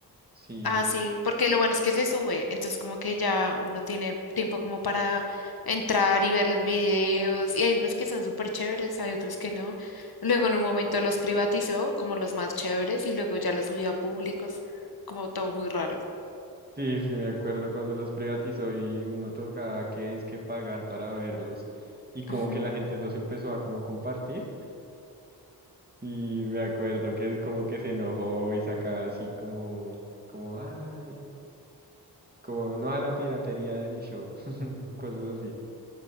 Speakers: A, on the right; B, on the left.
A: sí.
B: ah, sí, porque lo bueno es que se sube, entonces como que ya uno tiene tiempo como para entrar y ver los videos y hay unos que son súper chéveres, hay otros que no. Luego en un momento los privatizó como los más chéveres y luego ya los subió a públicos, como todo muy raro.
A: Sí, sí, me acuerdo cuando los privatizó y uno tocaba que que pagar para verlos y como
B: Ujú.
A: que la gente los empezó a como compartir y me acuerdo que es como que se enojó y sacaba así como, como, ay, como no a la piratería de mi show, <laughs> cosas así,